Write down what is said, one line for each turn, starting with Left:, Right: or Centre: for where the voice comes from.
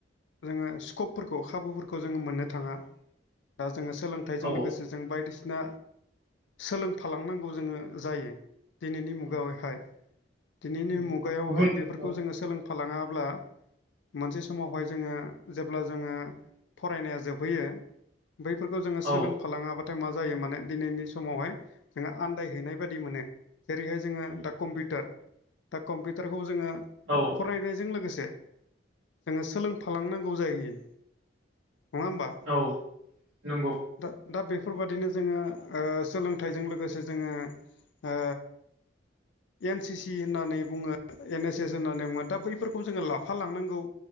Left: जोङो स्किपफोरखौ खाबुफोरखौ जोङो मोननो थाङा दा जोङो सोलोंथाइ हाथायजों
Right: औ
Left: लोगोसे जों बायदिसिना सोलोंफालांनांगौ जोङो जायो दिनैनि मुगायावहाय
Right: औ
Left: दिनैनि
Right: औ
Left: मुगायावहाय
Right: गुबुन
Left: बेफोरखौ
Right: औ
Left: जोङो सोलोंफालांआब्ला मोनसे समावहाय जोङो जेब्ला जोङो फरायनाया जोबहैयो बैफोरखौ जोङो
Right: औ
Left: सोलों फालांआब्लाथाय मा जायो माने दिनैनि समावहाय जोङो आन्दायहैनाय बायदि मोनो जेरैहाय जोङो दा कम्पिउटार दा कम्पिउटारखौ जोङो
Right: औ
Left: फरायनायजों लोगोसे जोङो सोलोंफालांनांगौ जाहैयो नङा होमबा
Right: औ नंगौ
Left: दा दा बेफोरबादिनो जोङो ओ सोलोंथाइजों लोगोसे जोङो ओ एन सि सि होननानै बुङो एन एस सेस होननानै बुङो दा बैफोरखौ जोङो लाफा लांनांगौ